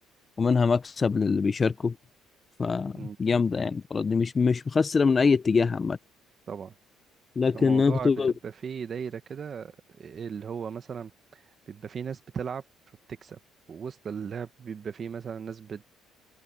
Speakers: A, on the left; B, on the right.
A: ومنها مكسب للي بيشاركوا فجامدة
B: مم.
A: يعني المباراة دي مش مش مخسرة من أي اتجاه عامة
B: طبعا
A: لكن
B: الموضوع
A: أنا كنت ب-
B: بتبقى فيه دايرة كده إيه اللي هو مثلا بيبقى في ناس بتلعب فبتكسب ووسط اللعب بيبقى في مثلا ناس بت